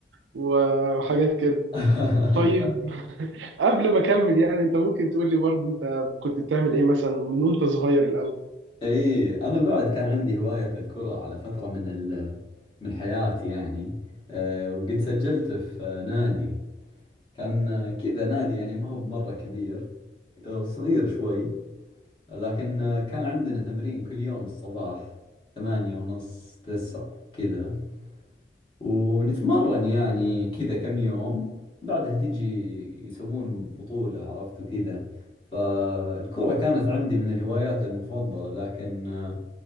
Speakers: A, on the right; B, on the left.
A: وحاجات كده
B: <laughs>
A: طيب <laughs> قبل ما اكمل يعني انت ممكن تقول لي برضه انت كنت بتعمل ايه مثلا من وانت صغير الاول
B: اي انا بعد كان عندي هواية الكرة على فترة من ال من حياتي يعني أه وقد سجلت في آه، نادي كان آه، كذا نادي يعني ما هو بمرة كبير آه، صغير شوي لكن آه، كان عندنا تمرين كل يوم الصباح ثمانية ونص تسعة كذا ونتمرن يعني كذا كم يوم بعدها تجي يسوون بطولة عرفت وكذا فالكرة كانت عندي من الهوايات المفضلة لكن آه،